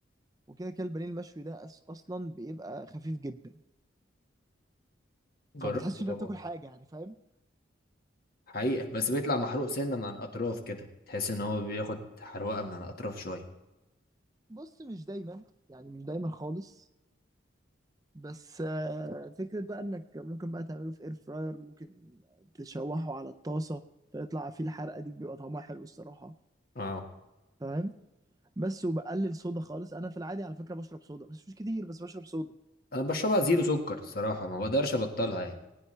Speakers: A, on the right; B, on the left.
A: وكده كده البانيه المشوي ده أس- اصلا بيبقى خفيف جدا فبتحسش
B: جربته طبعا
A: انت بتاكل حاجه يعني فاهم
B: حقيقة بس بيطلع محروق سنة من على الأطراف كده تحس إن هو بياخد حروقة من على الأطراف شوية
A: بص مش دايما يعني مش دايما خالص بس آه، فكرة بقى انك ممكن بقى تعمله في اير فراير ممكن تشوحه على الطاسة فيطلع فيه الحرقة دي بيبقى طعمها حلو الصراحة
B: اه
A: فاهم بس وبقلل صودا خالص انا في العادي على فكرة بشرب صودا بس مش كتير بس بشرب صودا
B: أنا بشربها زيرو سكر الصراحة ما بقدرش أبطلها يعني